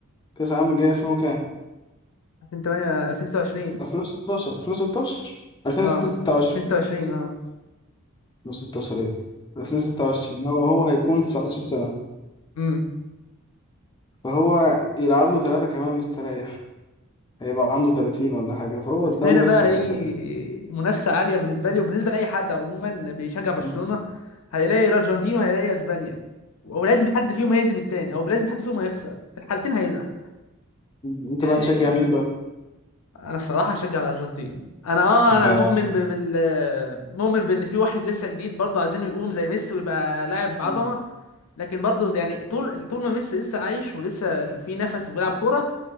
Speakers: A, on the left (about 20°); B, on the left (about 90°).
A: كاس العالم الجاي 2000 وكام
B: 2008 2026
A: 2016 2016 2026
B: اه
A: 26
B: 2026 اه
A: 2016 ايه 2026 هو هو هيكون 19 سنة
B: امم
A: فهو يلعب له ثلاثة كمان مستريح هيبقى عنده 30 ولا حاجة فهو
B: بس
A: قدامه
B: هنا
A: لسه
B: بقى هيجي
A: أكتر
B: منافسة عالية بالنسبة لي وبالنسبة لأي حد عموما بيشجع برشلونة
A: مم.
B: هيلاقي الأرجنتين وهيلاقي أسبانيا ولازم حد فيهم هيهزم التاني أو لازم حد فيهم هيخسر في الحالتين هيزعل
A: أنت
B: يعني
A: بقى هتشجع مين بقى؟
B: أنا الصراحة هشجع الأرجنتين أنا أه
A: <laughs>
B: أنا مؤمن ب- بال مؤمن بإن في واحد لسه جديد برضه عايزينه يقوم زي ميسي ويبقى لاعب عظمة
A: مم.
B: لكن برضه يعني طول طول ما ميسي لسه عايش ولسه في نفس وبيلعب كورة